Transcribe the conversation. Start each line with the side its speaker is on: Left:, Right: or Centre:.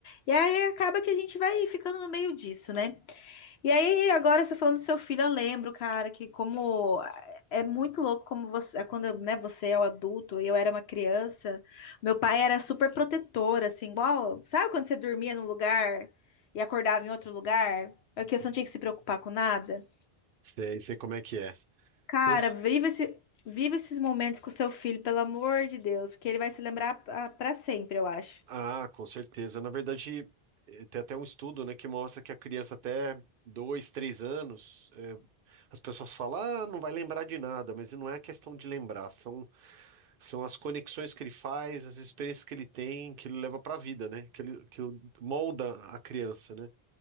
Left: E aí acaba que a gente vai ficando no meio disso, né? E aí, agora você falando do seu filho, eu lembro, cara, que como é muito louco como você, é quando, né, você é o adulto e eu era uma criança, meu pai era super protetor, assim, igual, sabe quando você dormia num lugar e acordava em outro lugar? É que você não tinha que se preocupar com nada?
Right: Sei, sei como é que é.
Left: Cara,
Right: Cansa-
Left: vive esse, vive esses momentos com o seu filho, pelo amor de Deus, porque ele vai se lembrar ah, pra sempre, eu acho.
Right: Ah, com certeza. Na verdade, eh, tem até um estudo, né, que mostra que a criança até dois, três anos. eh, As pessoas falam, ah, não vai lembrar de nada, mas não é a questão de lembrar, são, são as conexões que ele faz, as experiências que ele tem, que ele leva para a vida, né? Que ele, que o- molda a criança, né?